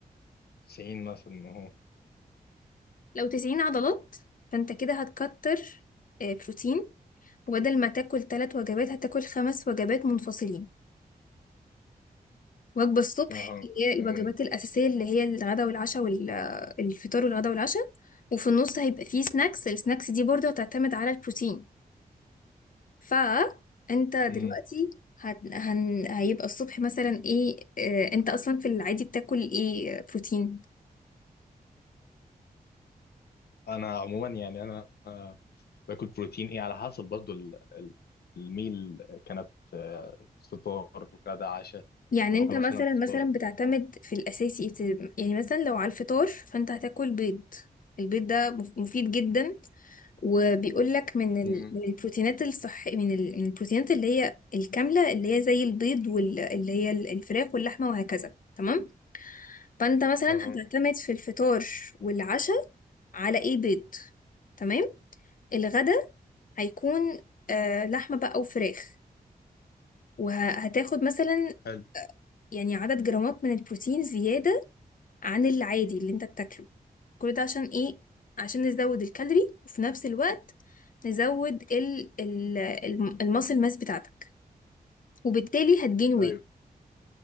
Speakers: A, on the left (about 80°); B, on the left (about 60°).
A: 90 مثلا اهو
B: لو 90 عضلات فانت كده هتكتر آه، بروتين وبدل ما تاكل ثلاث وجبات هتاكل خمس وجبات منفصلين وجبة الصبح
A: اهو
B: اللي هي الوجبات
A: تمام
B: الأساسية اللي هي الغداء والعشاء والفطار والغداء والعشاء وفي النص هيبقى فيه سناكس السناكس دي برضه هتعتمد على البروتين فأنت دلوقتي
A: مم.
B: هت... هن... هيبقى الصبح مثلا ايه آه، انت اصلا في العادي بتاكل ايه آه، بروتين
A: انا عموما يعني انا آه، باكل بروتين ايه على حسب برضو ال- ال- الميل كانت آه، فطار غدا عشاء
B: يعني
A: انا
B: انت
A: باكل
B: مثلا
A: مثلا فطار
B: مثلا بتعتمد في الاساسي بت- يعني مثلا لو على الفطار فانت هتاكل بيض البيض ده مف- مفيد جدا وبيقول لك من ال...
A: مم.
B: من البروتينات الصح من, ال... من البروتينات اللي هي الكامله اللي هي زي البيض واللي هي ال- الفراخ واللحمه وهكذا تمام فانت مثلا
A: اهو
B: هتعتمد في الفطار والعشاء على ايه بيض تمام الغدا هيكون آه لحمه بقى وفراخ وهتاخد مثلا
A: حلو
B: يعني عدد جرامات من البروتين زيادة عن العادي اللي انت بتاكله كل ده عشان ايه عشان نزود الكالوري وفي نفس الوقت نزود ال ال الماسل ماس بتاعتك وبالتالي هتجين وي
A: ايوه